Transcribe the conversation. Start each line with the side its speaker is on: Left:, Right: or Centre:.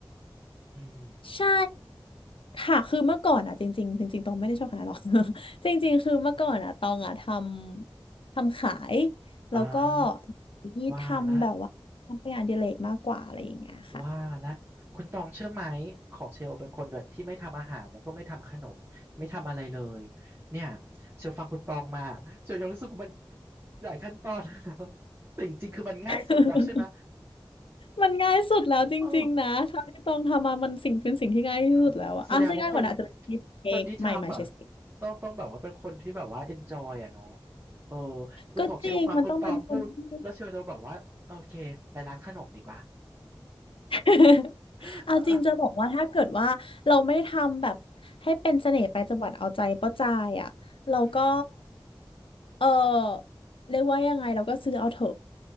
Right: อืม
Left: ใช่ค่ะคือเมื่อก่อนอ่ะจริงๆจริงๆตองไม่ได้ชอบขายหรอก <laughs> จริงๆคือเมื่อก่อนอ่ะตองอ่ะทำทำขาย
Right: อ่า
Left: แล้วก็นี่ทำแบบว่าทำเป็นงานอดิเรกมากกว่าอะไรอย่างเงี้ยค่ะ
Right: ว่าละ ว่าละคุณตองเชื่อไหมของเชลเป็นคนแบบที่ไม่ทำอาหารแล้วก็ไม่ทำขนมไม่ทำอะไรเลยเนี่ยเชลฟังคุณตองมาเชลยังรู้สึกว่ามันหลายขั้นตอน <laughs> แล้วแต่จริงๆคือมันง่ายสุดแล้วใช่ไหม
Left: <laughs> มันง่ายสุดแล้วจริงๆนะถ้าให้ตองทำมามันสิ่งเป็นสิ่งที่ง่ายที่สุดแล้วอะอ่ะจะง่ายกว่านะอาจจะเป็นชีสเค้กใหม่ใหม่ชีสเค้ก
Right: เออเออแสดงว่าคนคนที่ทำอ่ะต้องต้องแบบว่าเป็นคนที่แบบว่า enjoy อ่ะเนาะเออคือของเชลฟังคุณตองพูดแล้วเชลจะแบบว่าโอเคไปร้านขนมดีกว่า
Left: ก็จริงมันต้องเป็นคนที่ <laughs>
Right: <laughs>
Left: เอาจริงจะบอกว่าถ้าเกิดว่าเราไม่ทำแบบให้เป็นเสน่ห์ไปจังหวัดเอาใจป้าจายอ่ะเราก็
Right: อืม <laughs> อืม
Left: เออเรียกว่ายังไงเราก็ซื้อเอาเถอะ